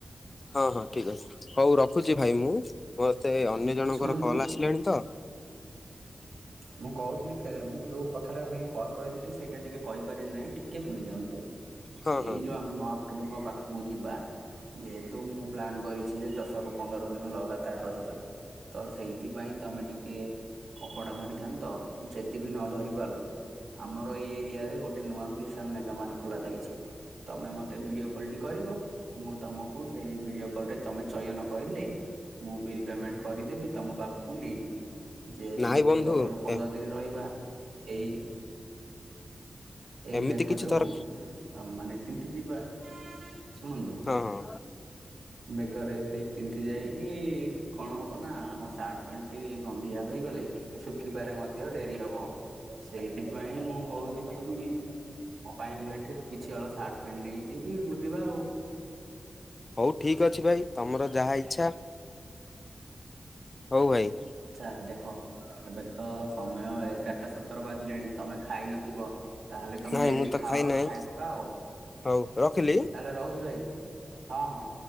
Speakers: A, on the left; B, on the right.
A: ହଁ ହଁ ଠିକ୍ ଅଛି ହୋଉ ରଖୁଚି ଭାଇ ମୁଁ ମତେ ଅନ୍ୟ ଜଣଙ୍କର
B: ଶୁଣନ୍ତୁ
A: କଲ୍ ଆସିଲାଣି ତ
B: <inaudible> ମୁଁ କହୁଥିଲି କେ ମୁଁ ଯେଉଁ କଥାଟା ପାଇଁ କଲ୍ କରିଥିଲି ସେଇଟା ଟିକେ କହିପାରିଲି ନାହିଁ ଟିକିଏ ଶୁଣି ଦିଅନ୍ତୁ।
A: ହଁ
B: ଏଇ
A: ହଁ
B: ଯୋଉ ଆମେ ମହାପ୍ରଭୁଙ୍କ ପାଖୁକୁ ଯିବା। ଯେହେତୁ ମୁଁ ପ୍ଲାନ୍ କରିଛି ଯେ ଦଶରୁ ପନ୍ଦର ଦିନ ଲଗାତାର ରହିବା। ତ ସେଇଥି ପାଇଁ ତମେ ଟିକେ କପଡା ଧରିଥାନ୍ତ ଯେଦି ବି ଧରି ପାରିଲ ଆମର ଏଇ ଏ ରିଆ ଗୋଟେ ନୂଆ ଭିଶାଲ୍ ମେଗାମାର୍ଟ ଖୋଲା ଯାଇଛି ତମେ ମତେ ଭିଡିଓ କଲ୍ ଟି କରିବ। ମୁଁ ତମକୁ ସେଇ ଭିଡିଓ କଲ ଟେ ତମେ ଚୟନ କହିଲେ ମୁଁ ବିଲ୍ ପେମେଣ୍ଟ କରିଦେବି। ତମ ପାଖୁକୁ ନେଇଯିବି ଯେହେତୁ
A: ନାଇଁ ବନ୍ଧୁ
B: ଦଶ ରୁ ପନ୍ଦର
A: ଏ
B: ଦିନି ରହିବା ଏଇ ଏଇ
A: ଏମିତି
B: ମେଘ
A: କିଛି
B: ଯୋଗୁ
A: ତର
B: ଅଁ ମାନେ ତିନ୍ତି ଯିବା ଶୁଣନ୍ତୁ
A: ହଁ ହଁ
B: ମେଘରେ ସେ ତିନ୍ତି ଯାଇକି କଣ ହବ ନା ଆମ ସାଟ୍ ପେଣ୍ଟ୍ ଟି ଗନ୍ଧିଆ ହ ହୋଇଗଲେ ଶୁଖିବାରେ ମଧ୍ୟ ଡେରି ହବ। ସେଇଥି ପାଇଁ ମୁଁ କୋହୁଥିଲି କି। ମୋ ପାଇଁ ମୁଁ ଏଠି କିଛି ହଳ ସାଟ୍ ପେଣ୍ଟ ନେଇଯିବି ବୁଲିବା ଆଉ।
A: ହୋଉ ଠିକ ଅଛି ଭାଇ ତମର ଯାହା ଇଚ୍ଛା। ହୋଉ ଭାଇ।
B: ଆଚ୍ଛା ଦେଖ ଏବେ ତ ସମୟ ଏଗାରଟା ସତର ବାଜିଲାଣି ତମେ ଖାଇନଥିବ। ତାହେଲେ ତମେ
A: ନାଇଁ
B: ଯାଇକି
A: ମୁଁ ତ
B: ଖାଅ
A: ଖାଇ ନାହିଁ
B: ଖାଇପକା ଆଉ।
A: ହଉ ରଖିଲି
B: ତାହଲେ ରହୁଛି ଭାଇ।